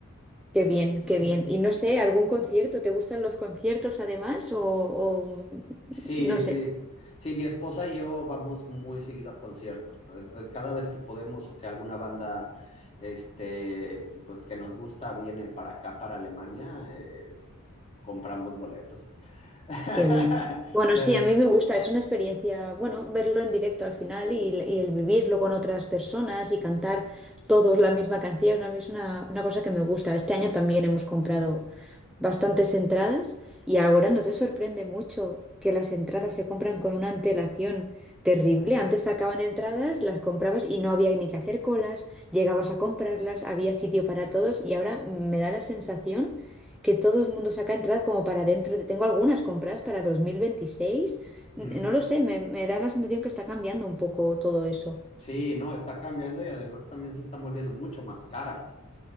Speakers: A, in the centre; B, on the left.
A: qué bien, qué bien. Y no sé, ¿algún concierto? ¿Te gustan los conciertos además? O, o,
B: Sí,
A: no
B: sí.
A: sé.
B: Sí, mi esposa y yo vamos muy seguido a conciertos. Pues, eh, Cada vez que podemos o que alguna banda, este, pues que nos gusta viene para acá, para Alemania, eh, compramos boletos. <laughs>
A: Qué bien. Bueno,
B: La-
A: sí,
B: la-
A: a mí me gusta, es una experiencia, bueno, verlo en directo al final y, y el vivirlo con otras personas y cantar todos la misma canción, a mí es una, una cosa que me gusta. Este año también hemos comprado bastantes entradas y ahora no te sorprende mucho que las entradas se compran con una antelación terrible. Antes sacaban entradas, las comprabas y no había ni que hacer colas, llegabas a comprarlas, había sitio para todos y ahora me da la sensación que todo el mundo saca entradas como para dentro. de- Tengo algunas compradas para 2026. N-
B: Mm,
A: No lo sé, me, me da la sensación que está cambiando un poco todo eso.
B: sí, no, está cambiando y además también se están volviendo mucho más caras,